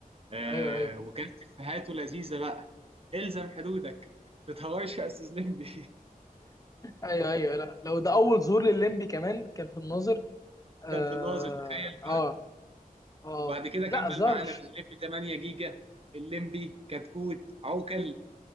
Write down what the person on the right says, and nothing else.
آه،
وكانت افهاته لذيذه بقى الزم حدودك ما تتهورش يا استاذ لمبي
<laughs>
كان في الناظر تخيل
وبعد كده
كمل
معانا بقى الليمبي 8 جيجا الليمبي كتكوت عوكل